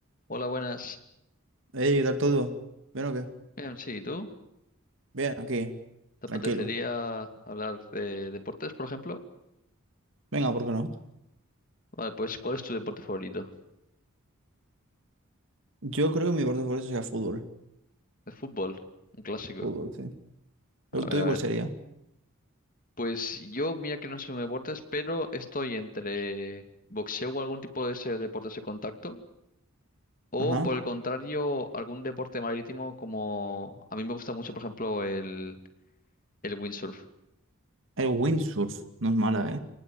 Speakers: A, on the left (about 40°); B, on the right (about 65°).
A: Hola, buenas.
B: Ey, ¿qué tal todo? ¿Bien o qué?
A: Bien, sí, ¿y tú?
B: Bien, aquí,
A: ¿Te
B: tranquilo.
A: apetecería hablar de deportes, por ejemplo?
B: Venga, ¿por qué no?
A: Vale, pues ¿cuál es tu deporte favorito?
B: Yo creo que mi deporte favorito sea fútbol.
A: El fútbol, un clásico.
B: Fútbol, sí.
A: A
B: ¿El
A: ver,
B: tuyo
A: a
B: cuál
A: ver.
B: sería?
A: Pues yo, mira que no soy un deportes, pero estoy entre boxeo o algún tipo de ese deporte de contacto, o
B: Ajá.
A: por el contrario, algún deporte marítimo como a mí me gusta mucho, por ejemplo, el, el windsurf.
B: El windsurf, no es mala, ¿eh?